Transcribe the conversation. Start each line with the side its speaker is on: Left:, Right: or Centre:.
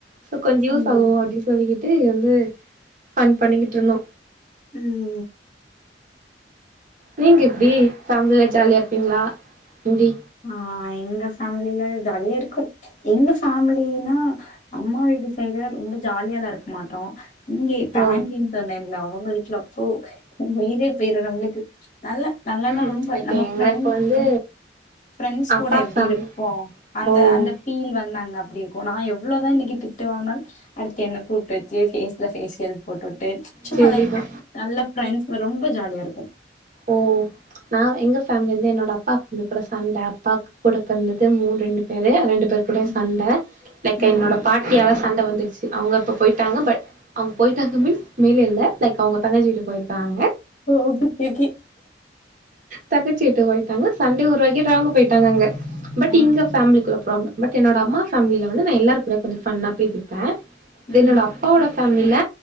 Right: சோ கொஞ்சோ யூஸ்
Left: ம்
Right: ஆவு அப்டின் சொல்லிக்கிட்டு வந்து ஃபன் பண்ணிக்கிட்டு இருந்தோ
Left: ம்
Right: நீங்க எப்டி ஃபேமிலில ஜாலியா இருப்பீங்களா எப்டி
Left: ஆ எங்க ஃபேமிலில ஜாலிய இருக்கும் எங்க ஃபேமிலினா அம்மா வீட்டு சைடு ரொம்ப ஜாலியாலா இருக்க மாட்டோ இங்கே பேண்டின்
Right: ஓ
Left: சொன்னேன்ல்ல அவுங்க வீட்ல அப்போ உயிரே போயிரு நம்பளுக்கு நல்ல நல்லன்னா
Right: ம்
Left: ரொம்ப
Right: லைக்
Left: நம்ம
Right: எங்களுக்கு
Left: ஃப்ரண்ட்ஸ்
Right: வந்து
Left: ஃப்ரெண்ட்ஸ்
Right: அப்பா
Left: கூட எப்டி
Right: ஃபேம்
Left: இருப்போ அந்த
Right: ஓ
Left: அந்த ஃபீல் வந்தாங்க அப்டி இருக்கு நா எவ்ளோதா இன்னைக்கி திட்டு வாங்குனாலு அடுத்து என்ன கூப்ட்டு வச்சு ஃபேஸ்ல ஃபேஷியல் போட்டுவுட்டு சும்மா
Right: செரிதா
Left: லைட்டா நல்ல ஃப்ரெண்ட்ஸ்ஸுங்க ரொம்ப ஜாலியா இருக்கு
Right: ஓ நா எங்க ஃபேமி வந்து என்னோட அப்பா ஃபேமி கூட சண்ட அப்பாக் கூட பொறந்தது மூ ரெண்டு பேரு ரெண்டு பேரு கூடயு
Left: ம்
Right: சண்ட லைக் என்னோட
Left: ம்.
Right: பாட்டியால சண்ட வந்துடுச்சு அவுங்க இப்ப போய்ட்டாங்க பட் அவுங்க போய்ட்டாங்க மீன்ஸ் மேல இல்ல லைக் அவுங்க தங்கச்சி வீட்டுக்கு போய்ருக்காங்க
Left: ஒ ஓ <unintelligible>
Right: தங்கச்சி வீட்டுக்கு போய்ட்டாங்க சண்டய உருவாக்கிட்டு அவுங்க போய்ட்டாங்க அங்க பட்
Left: ஆ
Right: இங்க ஃபேமிலிக்குள்ள ப்ராப்ளம் பட் என்னோட அம்மா ஃபேமில வந்து நா எல்லாரரு கூட கொஞ்சோ ஃபன்னா பேசிப்பே
Left: ம்.
Right: தென் என்னோட அப் பாவோட ஃபேமிலில